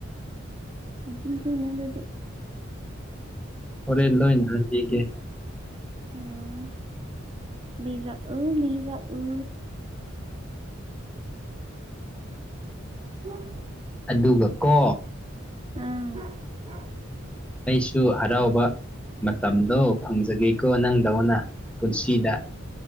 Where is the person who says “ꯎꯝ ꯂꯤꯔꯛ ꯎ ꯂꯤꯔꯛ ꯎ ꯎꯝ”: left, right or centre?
Right